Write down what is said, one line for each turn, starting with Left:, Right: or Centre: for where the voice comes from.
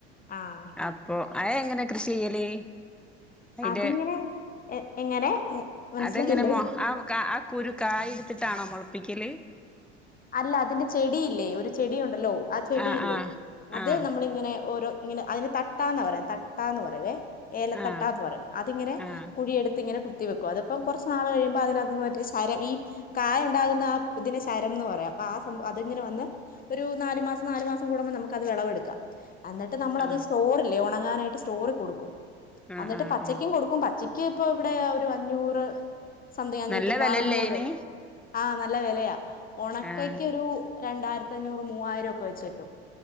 Left: ആഹ്
Centre: അപ്പൊ അ എങ്ങനെ കൃഷി ചെയ്യല് അയിന്റെ
Left: അതിങ്ങനെ എങ്ങനെ മനസ്സിലായില്ലേ
Centre: അതെങ്ങനെ മൊ ആ ആ കുരു കായ എടുത്തിട്ടാണോ മുളപ്പിക്കൽ
Left: അല്ല അതിന്റെ ചെടിയില്ലേ ഒരു ചെടിയുണ്ടല്ലോ ആ ചെടിയില്ലേ
Centre: ആഹ് ആഹ്
Left: അത്
Centre: ആഹ്
Left: നമ്മളിങ്ങനെ ഓരോ ഇങ്ങനെ അതിന് തട്ടാന്ന് പറയാ തട്ടാ എന്ന് പറയേ ഏലത്തട്ട
Centre: ആഹ്
Left: എന്ന് പറയും അതിങ്ങനെ
Centre: ആഹ്
Left: കുഴിയെടുത്ത് ഇങ്ങനെ കുത്തി അത് കുഴി എടുത്തു കുത്തി വെക്കും അതിപ്പ കുറച്ച് നാൾ കഴിയുമ്പോ അതിനകത്ത്ന്ന് ശരം ഈ കായ ഉണ്ടാകുന്ന ആ പുതിന ശ ശരം എന്ന് പറയാം അപ്പ ആ അതങ്ങനെ വന്ന് ഒരു നാല് മാസം നാല് മാസം കൂടുമ്പോ നമുക്ക് അത് വിളവെടുക്കാം എന്നിട്ട് നമ്മൾ
Centre: ആഹ്
Left: അത് സ്റ്റോറല്ലേ ഉണങ്ങാനായിട്ട് സ്റ്റോറി കൊടുക്കും
Centre: ആഹ്
Left: എന്നിട്ട്
Centre: ആഹ്
Left: പച്ചക്കും
Centre: ആഹ്
Left: കൊടുക്കും പ പ ച്ചക്ക് ഇപ്പൊ ഇവിടെ ഒരു അഞ്ഞൂറ് സംതിങ് അഞ്ഞൂറ്റി
Centre: നല്ല
Left: അമ്പത്
Centre: വെലല്ലേ
Left: അറുനൂറു
Centre: അയിന്
Left: ആഹ് നല്ല വിലയാ ഉണക്കയ്ക്കൊറൂ
Centre: ആഹ്
Left: ഒരു രണ്ടായിരത്തി അഞ്ഞൂറ് മൂവായിരം ഒക്കെ വെച്ച കട്ടും